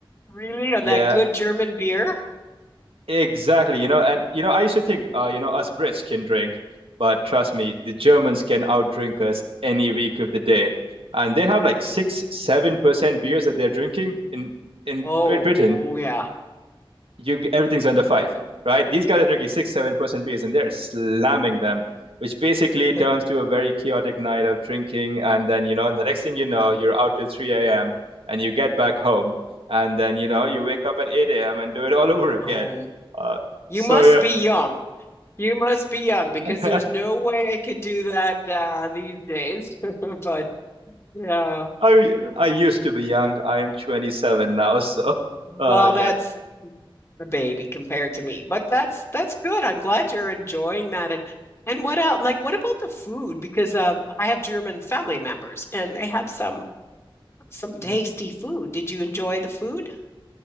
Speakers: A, on the left; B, on the right.
A: Really? And
B: yeah,
A: that good German beer?
B: Exactly, you know, and you know, I used to think, uh, you know, us Brits can drink, but trust me, the Germans can outdrink us any week of the day, and they have like six, seven
A: Mm.
B: percent beers that they're drinking in in
A: Oh,
B: Great Britain
A: oh yeah.
B: you everything's under five,
A: Yeah.
B: right? These guys are drinking six, seven percent beers, and they're slamming them, which basically turns
A: <laughs>
B: to a very chaotic night of drinking. And then you know, the next thing you know, you're out till three a.m. and you get back home, and then you know, you wake up at eight a.m. and do it all <laughs> over again.
A: Oh,
B: Uh,
A: you
B: so
A: must
B: yeah,
A: be young. You must be young because
B: <laughs>
A: there's no way I could do that uh, these days. <laughs> But yeah.
B: I I used to be young. I am twenty seven now, <laughs> so
A: Well,
B: uh, yeah.
A: that's a baby compared to me. But that's that's good. I'm glad you're enjoying that. And and what else? Like, what about the food? Because uh, I have German family members, and they have some some tasty
B: <laughs>
A: food. Did you enjoy the food?